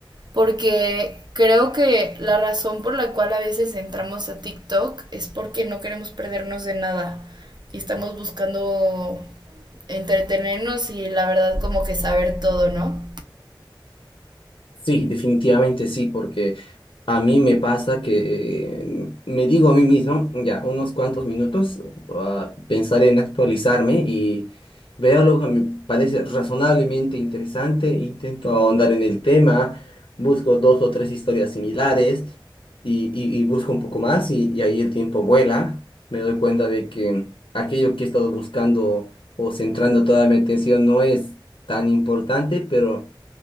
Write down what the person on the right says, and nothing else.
porque creo que la razón por la cual a veces entramos a TikTok es porque no queremos perdernos de nada y estamos buscando entretenernos y la verdad como que saber todo, ¿no?